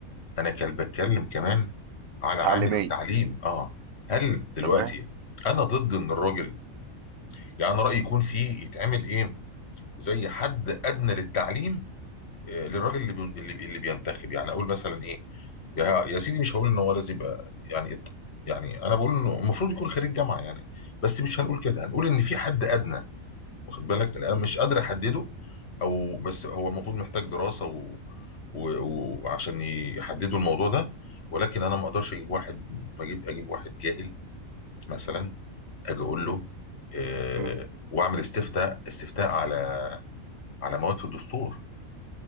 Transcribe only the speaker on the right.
تعليمية
تمام
مم.